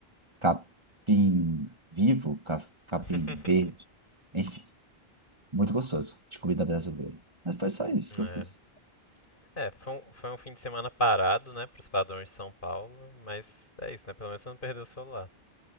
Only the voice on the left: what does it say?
<laughs>
É.
É, foi um, foi um fim de semana parado, né, pros padrões de São Paulo, mas é isso, né? Pelo menos você não perdeu o celular.